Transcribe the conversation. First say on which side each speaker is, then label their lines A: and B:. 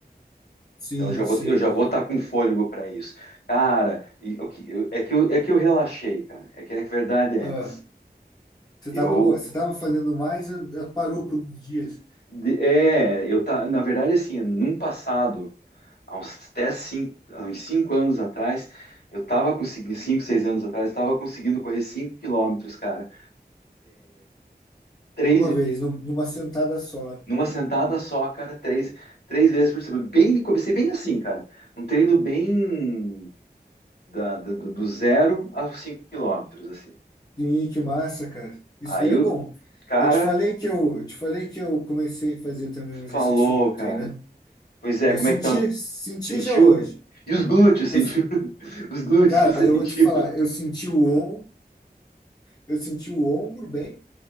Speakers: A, on the left (about 20°); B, on the left (about 70°).
A: Sim,
B: Então eu já vou,
A: sim.
B: eu já vou estar com fôlego para isso. Cara, e o que- eu- é que eu, é que eu relaxei, cara. É que a verdade é
A: Ah,
B: essa.
A: você
B: Eu,
A: tava, co- você tava fazendo mais, ah, parou por uns dias,
B: de- é, eu tá, na verdade, assim, num passado, há uns até cinco, há uns cinco anos atrás, eu tava conseguindo, cinco, seis anos atrás, eu tava conseguindo correr cinco quilômetros, cara. Três,
A: numa
B: ve-
A: vez, num- numa sentada só,
B: numa
A: né?
B: sentada só, cara, três, três vezes por semana. Bem, comecei bem assim, cara. Um treino bem da, do, do do zero aos cinco quilômetros, assim.
A: Sim, que massa, cara. Isso
B: Aí
A: daí é
B: o
A: bom.
B: cara
A: Eu te falei que eu, eu te falei que eu comecei a fazer também um exercício
B: falou,
A: ontem,
B: cara.
A: né?
B: Pois é,
A: Eu
B: como
A: senti,
B: é que tá?
A: senti
B: Sentiu?
A: já hoje.
B: E os glúteos, sentiu?
A: Eu-
B: <laughs> Os glúteos
A: cara,
B: você
A: eu
B: sentiu?
A: vou te falar, eu senti o ombro, eu senti o ombro bem